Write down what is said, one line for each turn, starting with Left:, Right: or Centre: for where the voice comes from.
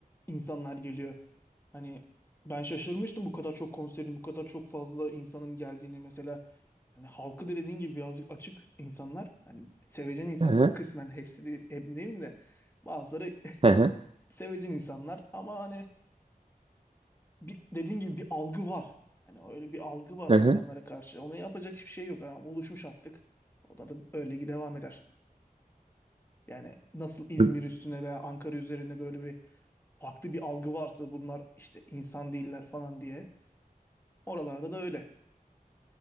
Left: insanlar geliyor. Hani ben şaşırmıştım bu kadar çok konserin, bu kadar çok fazla insanın geldiğini mesela. Hani halkı da dediğin gibi birazcık açık insanlar. Hani sevecen insanlar
Right: Hı hı,
Left: kısmen hepsi de, hep demeyeyim de bazıları
Right: hı
Left: <laughs>
Right: hı,
Left: sevecen insanlar ama hani bir, dediğin gibi bir algı var. Hani öyle bir algı var
Right: hı
Left: insanlara
Right: hı.
Left: karşı. Ona yapacak hiçbir şey yok. Yani oluşmuş artık. O da, da öyle devam eder. Yani nasıl İzmir
Right: B-
Left: üstüne veya Ankara üzerine böyle bir farklı bir algı varsa bunlar işte insan değiller falan diye. Oralarda da öyle.